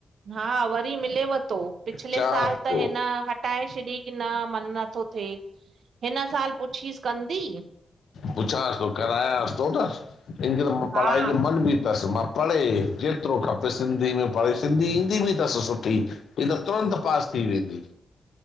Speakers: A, on the right; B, on the left.
A: हा वरी मिलेव थो पिछले
B: चवांसि
A: साल त
B: थो
A: हिन- - पटाए छॾी की न मन नथो थिए हिन साल पुछीसि कंदी।
B: पुछांस थो करायाांस थो न हिननखे त मां पढ़ाई
A: हा
B: जो मन बि तस मां। पढ़े जेतिरो खपे सिंधी में पढ़े सिंधी ईंदी बि तस सुठी। हीअ त तुरंत पास थी वेंदी।